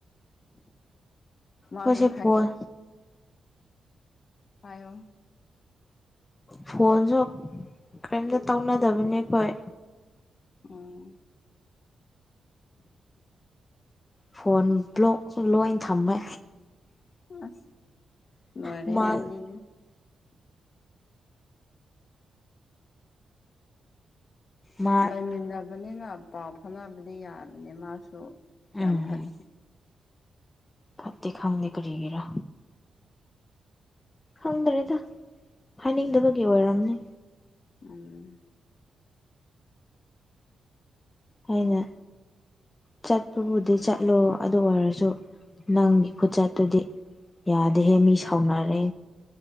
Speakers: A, on the left; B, on the left.
A: ꯃꯥꯁꯨ
B: ꯀꯁꯦ ꯐꯣꯜ
A: ꯍꯥꯏꯌꯣ
B: ꯐꯣꯟꯁꯨ ꯀꯔꯤꯝꯇ ꯇꯧꯅꯗꯕꯅꯦ ꯑꯩꯈꯣꯏ
A: ꯎꯝ
B: ꯐꯣꯟ ꯕ꯭ꯂꯣꯛ ꯂꯣꯏꯅ ꯊꯝꯃꯦ
A: ꯑꯁ ꯂꯣꯏꯔꯦꯍꯦ
B: ꯃꯥꯜ
A: ꯑꯅꯤꯗꯤ
B: ꯃꯥ
A: ꯂꯩꯃꯤꯟꯅꯕꯅꯤꯅ ꯄꯥꯎ ꯐꯥꯎꯅꯕꯗꯤ ꯌꯥꯕꯅꯤ ꯃꯥꯁꯨ ꯌꯥꯝ
B: ꯎꯝ
A: ꯐꯠꯇꯦ
B: ꯐꯠꯇꯦ ꯈꯪꯅꯤ ꯀꯔꯤꯒꯦꯔ ꯈꯪꯗ꯭ꯔꯦꯗ ꯍꯥꯏꯅꯤꯡꯗꯕꯒꯤ ꯑꯣꯏꯔꯝꯅꯤ
A: ꯎꯝ
B: ꯍꯥꯏꯅ ꯆꯠꯄꯕꯨꯗꯤ ꯆꯠꯂꯣ ꯑꯗꯨ ꯑꯣꯏꯔꯁꯨ ꯅꯪꯒꯤ ꯈꯨꯆꯠꯇꯨꯗꯤ ꯌꯥꯗꯦꯍꯦ ꯃꯤ ꯁꯥꯎꯅꯔꯦ